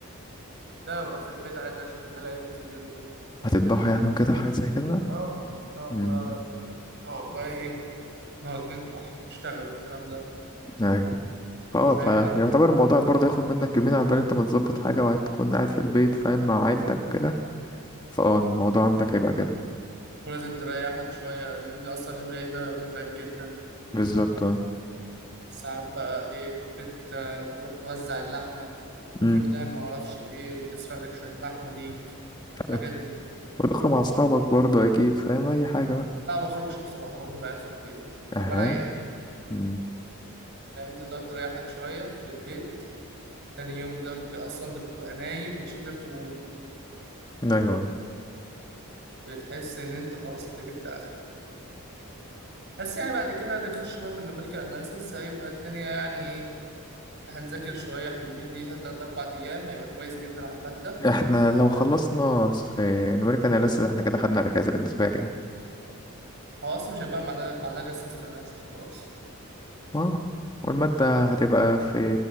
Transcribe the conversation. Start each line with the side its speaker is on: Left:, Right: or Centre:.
Right: لا أنا بقى في البيت عادي عشان ده العيد الكبير وكده
Left: هتذبحه يعني وكده حاجات زي كده بقى
Right: اه بنقعد
Left: امم
Right: بقى نقعد بقى ايه نقعد نذبح نشتغل والكلام ده
Left: ايوه فهو
Right: فاهمني
Left: فيعتبر الموضوع برضه هياخد منك يومين عقبال انت ما تظبط حاجه وهتكون قاعد في البيت فاهم مع عيلتك كده فاه الموضوع عندك هيبقى كده
Right: ولازم تريح لك شويه لان اصلا يوم العيد ده بيبقى متعب جدا
Left: بالظبط اه
Right: ساعات بقى ايه بت... بتروح توزع اللحمه
Left: امم
Right: تروح تعمل ما اعرفش ايه وتسرق لك شويه لحمه ليك
Left: <laughs>
Right: الحاجات دي
Left: وتخرج مع اصحابك برضه اكيد فاهم اي حاجه بقى
Right: لا ما بخرجش بصراحه بفضل قاعد في البيت فبريح
Left: اها مم.
Right: لان انت تقعد تريح لك شويه في البيت تاني يوم ده بيبقى اصلا انت بتبقى نايم مش قادر تقوم
Left: ايوه
Right: بتحس ان انت خلاص انت جبت اخرك بس يعني بعد كده هنخش بقى في النوميريكال اناليسيز هيبقى الدنيا يعني ايه هنذاكر شويه حلوين ليها تلات اربع ايام هيبقى كويس جدا على الماده
Left: احنا لو خلصنا س- آه، نوريك انا لسه احنا كده خدنا الاجازه بالنسبه لي يعني
Right: هو اصلا مش هيبقى بعدها بعدها غير سيستم اناليسيز وخلاص
Left: اه والماده هتبقى في